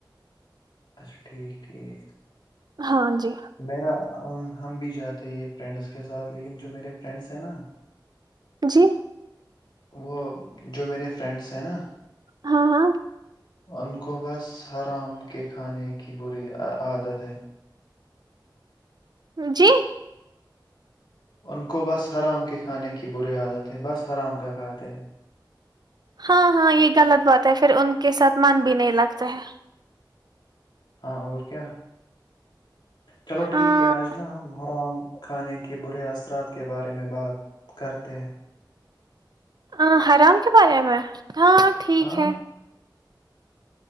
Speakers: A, on the left; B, on the right.
A: اچھا ٹھیک ٹھیک
B: ہاں جی
A: میرا ہم بھی جاتے یہ فرینڈس کے ساتھ لیکن جو میرے فرینڈس ہیں نا
B: جی
A: وہ جو میرے فرینڈس ہیں نا
B: ہاں ہاں
A: ان کو بس حرام کے کھانے کی بری عادت ہے
B: جی
A: ان کو بس حرام کے کھانے کی بری عادت ہے بس ہا رام کا کھاتے ہیں
B: ہاں ہاں یہ غلط بات ہے پھر ان کے ساتھ من بھی نہیں لگتا ہے
A: ہاں اور کیا چلو ٹھیک
B: ہاں
A: ہے آج نا ہم حرام کھانے کے برے اثرات کے بارے میں بات کرتے ہیں
B: ہ حرام کے بارے میں ہاں ٹھیک
A: ہاں
B: ہے